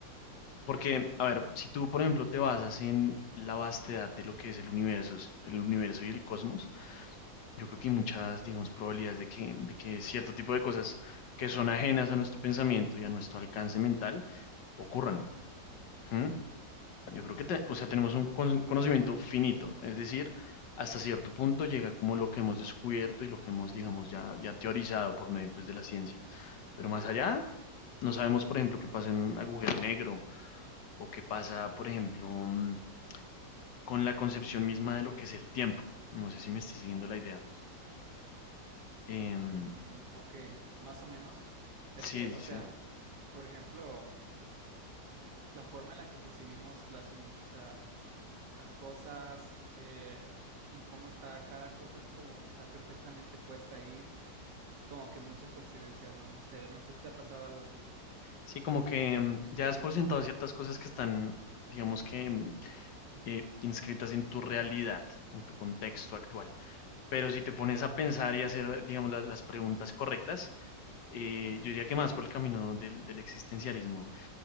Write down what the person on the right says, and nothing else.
Ok.
Mm, ok, más o menos. Es
que,
o sea,
por ejemplo, la forma en la que percibimos las, im- o sea, las cosas eh, y cómo está cada cosa es como que está perfectamente puesta ahí Es como que muchas coincidencias, ¿no? No sé, no sé si te ha pasado algo así